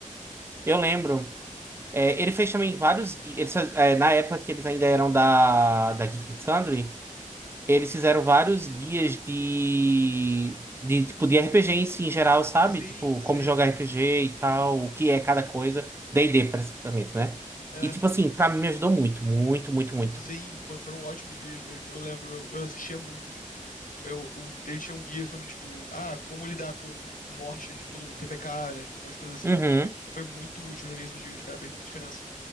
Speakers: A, on the right; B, on the left.
A: eu lembro. É, ele fez também vários, gui- eles, fa- é, na época que eles ainda eram da, da Geek and Sundry, Eles fizeram vários guias de, de tipo de RPG em si, em geral, sabe?
B: Sim,
A: Tipo,
B: sim,
A: como jogar RPG e tal, o que é cada coisa. D&D, praticamente, né?
B: é.
A: E, tipo assim, pra mim me ajudou muito, muito, muito, muito.
B: Sim, for- foram ótimos guias mesmo. Eu lembro, eu, eu assistia muitos. Eu, o, ele tinha um guia sobre, tipo, ah, como lidar com morte de todo mundo, TPK, né? Tipo, um monte de coisa assim.
A: Uhum.
B: Foi muito útil pra mim esses guias, cara, fez muita diferença.